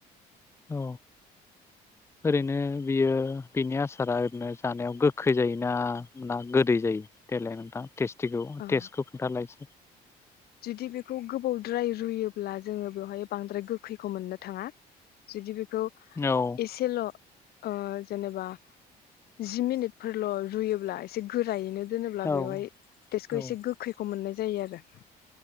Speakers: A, on the left; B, on the left.
A: औ ओरैनो बियो बिनि आसारा ओरैनो जानायाव गोखै जायोना ना गोदै जायो देलाय नोंथां टेस्टिखौ
B: ओ
A: टेस्टखौ खिथालायसै
B: जुदि बेखौ गोबावद्राय रुयोब्ला जोङो बेवहाय बांद्राय गोखैखौ मोननो थाङा जुदि बे बे खौ
A: औ
B: एसेल' ओ जेनेबा जि मिनिटफोरल' रुयो एसे गोरायैनो दोनोब्ला
A: औ
B: बेवहाय तेस्थखौ
A: औ
B: एसे गोखैखौ मोननाय जायो आरो